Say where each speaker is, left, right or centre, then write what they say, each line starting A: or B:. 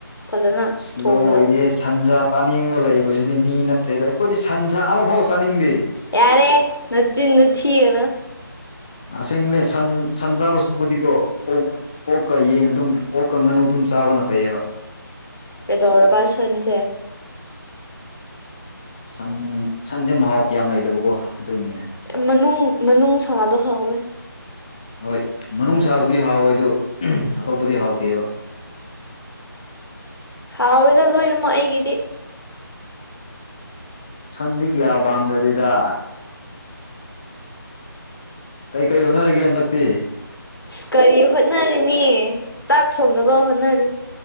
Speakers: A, on the left; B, on the left.
A: ꯐꯖꯅ
B: ꯑꯁ
A: ꯊꯣꯡꯕꯗꯣ
B: ꯂꯣꯏꯔꯦ ꯁꯟꯁꯥ ꯆꯥꯅꯤꯡꯉꯒ ꯂꯩꯕꯁꯤꯗꯤ ꯃꯤ ꯅꯠꯇ꯭ꯔꯦꯗ ꯑꯩꯈꯣꯏꯗꯤ ꯁꯟꯁꯥ ꯑꯃꯐꯥꯎ ꯆꯥꯅꯤꯡꯗꯦ
A: ꯌꯥꯔꯦ ꯅꯆꯤꯟꯅ ꯊꯒꯅ
B: ꯑꯁꯦꯡꯕꯅꯦ ꯁꯟ ꯁꯟ ꯆꯥꯕꯕꯁꯤꯕꯨꯗꯤꯀꯣ ꯑꯣꯛ ꯑꯣꯛꯀ ꯌꯦꯟ ꯑꯗꯨꯝ ꯑꯣꯛꯀꯪ ꯉꯥꯅꯨ ꯑꯗꯨꯝ ꯆꯥꯕꯅ ꯐꯩꯌꯦꯕ
A: ꯄꯗꯧꯔꯕ ꯁꯟꯖꯦ
B: ꯁꯟ ꯁꯟꯁꯦ ꯃꯍꯥꯎ ꯀꯌꯥꯝ ꯂꯩꯗꯕꯀꯣ ꯑꯗꯨꯒꯤꯅꯤꯅꯦ
A: ꯃꯅꯨꯡ ꯃꯅꯨꯡ ꯁꯥꯗꯣ ꯍꯥꯎꯋꯦ
B: ꯍꯣꯏ ꯃꯅꯨꯡ ꯆꯥꯕꯨꯗꯤ ꯍꯥꯎꯋꯦ ꯑꯗꯨ ꯑꯇꯣꯞꯄꯗꯤ ꯍꯥꯎꯇꯦꯕ <unintelligible>
A: ꯑꯋꯦꯗꯗꯅꯃꯣ ꯑꯩꯒꯗꯤ
B: ꯁꯟꯗꯤꯛ ꯌꯥ ꯄꯝꯖꯗꯦꯗꯥ ꯀꯩ ꯀꯩ ꯍꯨꯅꯔꯒ ꯍꯗꯛꯇꯤ
A: ꯑ ꯀꯔꯤ ꯍꯣꯠꯅꯒꯅꯤ ꯆꯥꯛ ꯊꯣꯡꯅꯕ ꯍꯣꯠꯅꯔꯤ